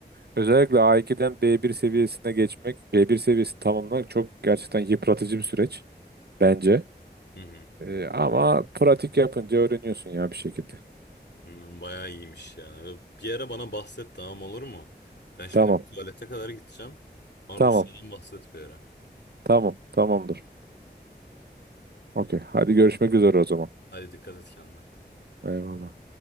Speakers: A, on the right; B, on the left.
A: Özellikle A2'den B1 seviyesine geçmek, B1 seviyesi tamamlamak çok gerçekten yıpratıcı bir süreç bence.
B: Hı hı.
A: E, ama pratik yapınca öğreniyorsun ya bir şekilde.
B: Hmm, Bayağı iyiymiş ya. Bir ara bana bahset tamam olur mu? Ben şimdi
A: Tamam,
B: bir tuvalete kadar gideceğim. Bana
A: tamam,
B: Rusya'dan bahset bir ara.
A: tamam, tamamdır. Okey, hadi görüşmek üzere o zaman.
B: Hadi dikkat et kendine.
A: Eyvallah.